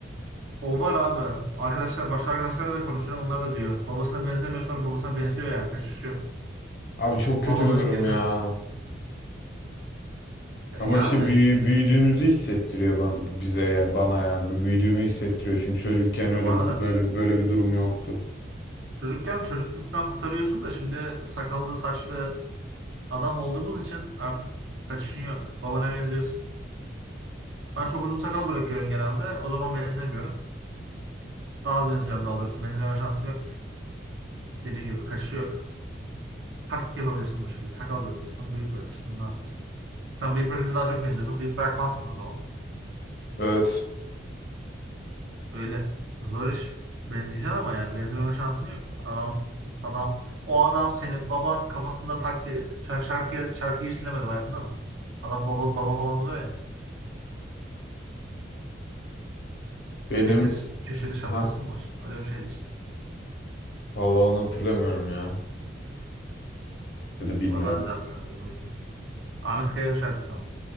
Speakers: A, on the right; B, on the left.
A: o var abi. Arkadaşlar başka arkadaşlarla da konuşuyorum. Onlar da diyor. Babasına benzemiyor sonra babasına benziyor yani. Kaçış yok.
B: Abi çok kötü
A: Babalığın
B: bir durum
A: gücü.
B: ya.
A: E,
B: Ama
A: Yani.
B: işte büyü, büyüdüğümüzü hissettiriyor ba- bize ya, bana ya. Bu Büyüdüğümü hissettiriyor. Çünkü çocukken öyle
A: E, Bana
B: bir
A: da.
B: böyle böyle bir durum yoktu.
A: Çocukken çocukluktan kurtarıyorsun da şimdi sakallı saçlı adam olduğumuz için artık kaçışın yok. Babana benziyorsun. Ben çok uzun sakal bırakıyorum genelde. O zaman benzemiyorum. Daha az benziyorum daha doğrusu. Benzeme şansım yok. Dediğim gibi kaçışı yok. Taktik yapabilirsin bu şekilde. Sakal bırakırsın, bıyık bırakırsın. Ne yapıyorsun? Sen bıyık bırakınca daha çok benziyorsun. Bıyık bırakmazsın o zaman.
B: Evet.
A: Öyle. Zor iş. Benzeyeceksin ama yani benzememe şansın yok. Adam adam o adam senin baban kafasında takki şarkı şarkıya şarkıyı hiç dinlemedim hayatımda ama. Adam baba baba falan oluyor ya. S-
B: Benim
A: Sekiz köşeli şapkası
B: ha
A: mı var? Öyle bir şeydi işte.
B: vallahi onu hatırlamıyorum ya. Ya da bilmiyorum.
A: Valla ben de hatırlamıyorum o yüzden. Ahmet Kaya'nın şarkısı ama.